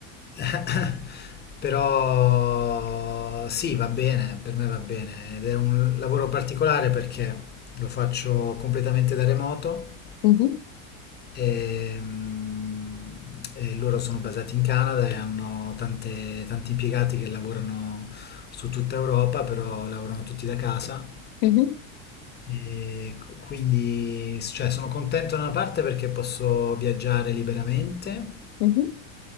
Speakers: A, on the left (about 25°); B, on the left (about 70°).
A: <laughs> però sì, va bene, per me va bene ed è un lavoro particolare perché lo faccio completamente da remoto
B: Mhm,
A: e, mm, e loro sono basati in Canada e hanno tante- tanti impiegati che lavorano su tutta Europa, però lavorano tutti da casa
B: mhm,
A: e c- quindi, s- cioè, sono contento da una parte perché posso viaggiare liberamente,
B: mhm.